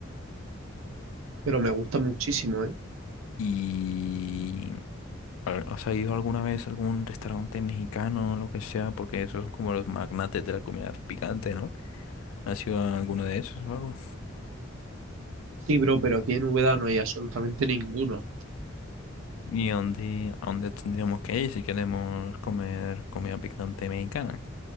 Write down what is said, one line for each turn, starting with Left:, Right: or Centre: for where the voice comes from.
Right: Pero me gusta muchísimo, ¿eh?
Left: Y a ¿has ido alguna vez a algún restaurante mexicano o lo que sea? Porque esos son como los magnates de la comida picante, ¿no? ¿Ha sido alguno de esos o algo?
Right: Sí, bro, pero aquí en Úbeda no hay absolutamente ninguno.
Left: ¿Y a dónde, a dónde tendríamos que ir si queremos comer comida picante mexicana?